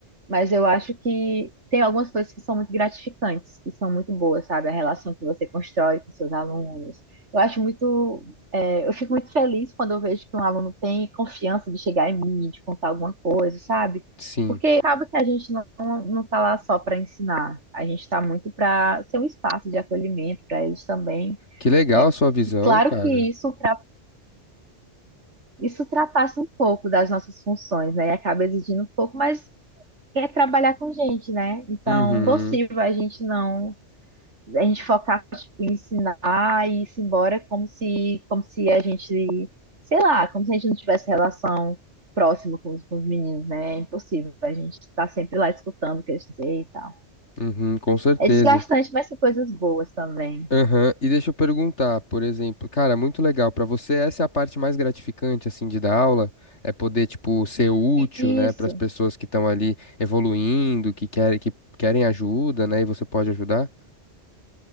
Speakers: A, on the right; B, on the left.
A: mas eu acho que tem algumas coisas que são muito gratificantes, que são muito boas, sabe? A relação que você constrói com seus alunos. Eu acho muito, é, eu fico muito feliz quando eu vejo que um aluno tem confiança de chegar em mim, de contar alguma coisa, sabe?
B: sim.
A: Porque acaba que a gente não, não está lá só para ensinar, a gente está muito para ser um espaço de acolhimento para eles também.
B: Que legal
A: É,
B: a sua visão,
A: claro
B: cara.
A: que isso, ultra- isso ultrapassa um pouco das nossas funções, né? E acaba exigindo um pouco, mas é trabalhar com gente, né? Então,
B: Uhum.
A: possível a gente não, a gente focar, tipo, em ensinar e ir -se embora como se, como se a gente, sei lá, como se a gente não tivesse relação próxima com os, com os meninos, né? É impossível, a gente está sempre lá escutando o que eles dizem e tal.
B: Uhum, com certeza.
A: É desgastante, mas tem coisas boas também.
B: Aham, E deixa eu perguntar, por exemplo, cara, muito legal. Pra você, essa é a parte mais gratificante, assim, de dar aula? É poder, tipo, ser útil,
A: Isso,
B: né, para as pessoas que estão ali evoluindo, que querem, que querem ajuda, né, e você pode ajudar?